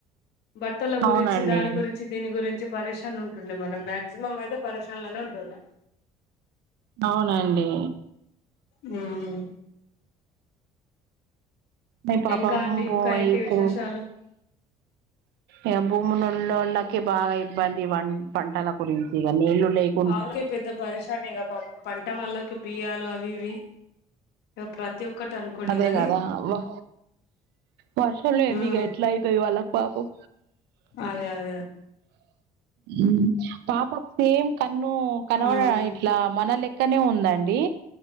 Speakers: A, on the left; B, on the right.
A: బట్టల గురించి,
B: అవునండి
A: దాని గురించి దీని గురించి పరేన్ ఉంటుండే మనం, మాక్సిమం అయితే పరషన్లోనే ఉంటుండే.
B: అవునండి
A: ఉమ్మ్
B: <unintelligible> పాపం
A: ఇంకా అండి
B: బోయికు
A: ఇంకా ఏంటి విశేషాలు
B: ఇగ భూములు ఉనోళ్ళకి బాగా ఇబ్బంది, వన్ పంటల గురించి ఇక నీళ్ళు లేక్
A: వాళ్ళకే పెద్ద పరేషన్ ఇగా పాపం, పంట వాళ్ళకి బియ్యాలు అవి ఇవి ఇగ ప్రతి ఒక్కటి అనుకోండి.
B: అంతే
A: గాని
B: గదా వా వర్షం లేంది
A: ఉమ్
B: ఇగ ఎట్ల అయితది వాళ్ళక్ పాపం
A: అదే అదే గ
B: ఉ పాపక్ సేమ్ కన్ను కనవడద
A: ఉమ్
B: ఇట్ల మనలే క్కనే ఉందా అండి